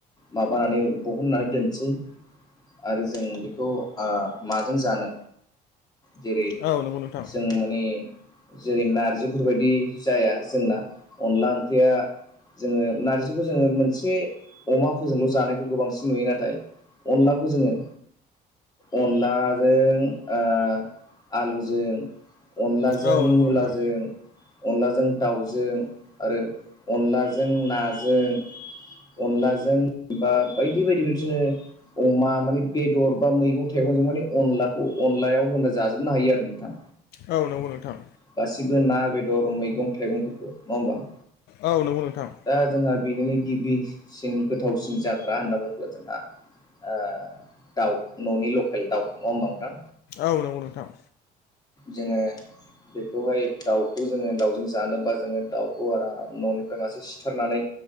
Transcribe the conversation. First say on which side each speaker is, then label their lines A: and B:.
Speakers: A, on the left; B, on the left.
A: माबानानै बहननानै दोनसै आरो जों बेखौ ओ माजों जानो? जेरै
B: औ नंगौ नोंथां
A: जों माने जेरै नार्जिफोरबायदि जाया जोंना अनला ओंख्रिया जोङो नार्जिखौ जोङो मोनसे अमाफोरजोंल' जानायखौ गोबांसिन नुयो नाथाय अनलाखौ जोङो अनलाजों ओ आलुजों अन जों
B: औ
A: मुलाजों
B: नंगौ नोंथां
A: अनला जो दाउजों आरो अनलाजों नाजों अनलाजों बा बायदि बायदि बिब्दिनो अमा मानि बेदर बा मैगं थाइगंजों माने अनलाखौ अनलायाव होना जाजोबनो हायो आरो नोंथां।
B: औ नंगौ नोंथां।
A: गासिबो ना बेदर मैगं थाइगंफोरखौ नङा होमबा?
B: औ नंगौ नोंथां।
A: दा जोंहा बेनिनो गिबिसिन गोथावसिन जाग्रा होनना बुङोब्ला जोंहा ओ दाउ न'नि लकेल दाउ न' होनबा नोंथां?
B: औ नंगौ नोंथां।
A: जोङो बेखौहाय दाउखौ जोङो दाउजों जानोबा जोङो दाउखौ आराम न'निफ्राय मासे सिथारनानै